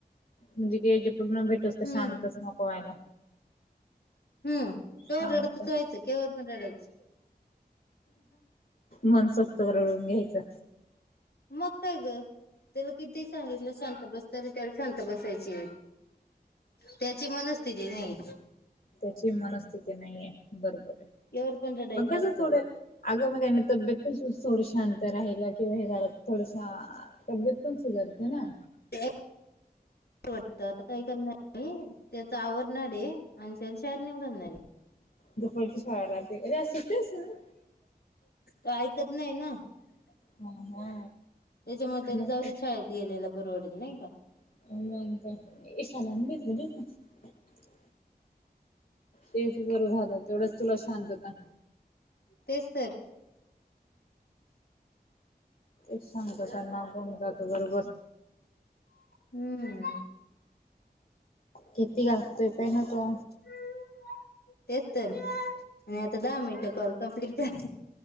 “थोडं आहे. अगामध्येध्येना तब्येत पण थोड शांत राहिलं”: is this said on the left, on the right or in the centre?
Left